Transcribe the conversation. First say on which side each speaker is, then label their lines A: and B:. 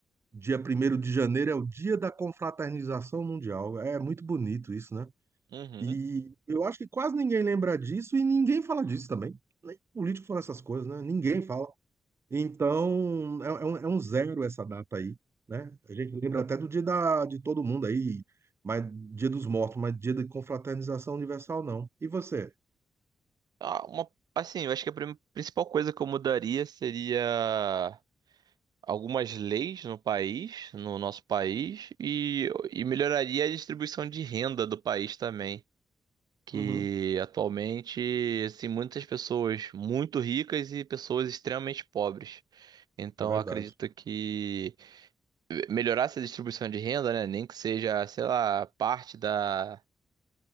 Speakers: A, on the right; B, on the right.
A: Dia primeiro de janeiro é o Dia da Confraternização Mundial. É muito bonito isso, né?
B: uhum.
A: E eu acho que quase ninguém lembra disso e ninguém fala disso também. Nem político fala essas coisas, né? Ninguém fala. Então, é, é um, é um zero essa data aí, né? A gente lembra até do dia da, de todo mundo aí, mas dia dos mortos, mas dia de confraternização universal, não. E você?
B: Ah, uma, assim, eu acho que a prim- principal coisa que eu mudaria seria algumas leis no país, no nosso país, e, e melhoraria a distribuição de renda do país também, que
A: Uhum,
B: atualmente, assim, muitas pessoas muito ricas e pessoas extremamente pobres. Então,
A: é verdade.
B: eu acredito que melhorar essa distribuição de renda, né, nem que seja, sei lá, parte da